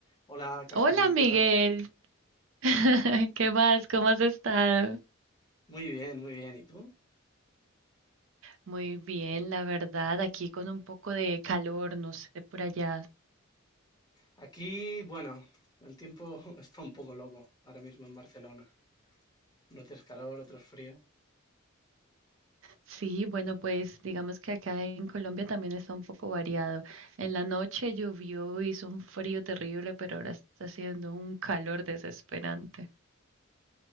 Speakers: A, on the left; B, on the right.
A: Hola, Catherine,
B: Hola Miguel,
A: ¿qué tal?
B: <laughs> ¿qué más? ¿Cómo has estado?
A: Muy bien, muy bien. ¿Y tú?
B: Muy bien, la verdad, aquí con un poco de calor, no sé, por allá.
A: Aquí, bueno, el tiempo <laughs> está un poco loco ahora mismo en Barcelona. Unos días calor, otros frío.
B: Sí, bueno, pues digamos que acá en Colombia también está un poco variado. En la noche llovió, hizo un frío terrible, pero ahora está haciendo un calor desesperante.